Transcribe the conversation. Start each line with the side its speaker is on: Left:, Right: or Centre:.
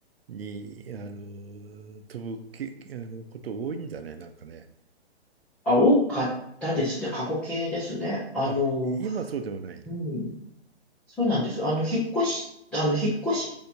Right: に、あの、飛ぶけ、あの、こと多いんだね、なんかね。
Centre: あ、多かったですね。過去形ですね。あの、
Right: あ、今そうでもないな。
Centre: うん。そうなんです。あの、引っ越し、あの、引っ越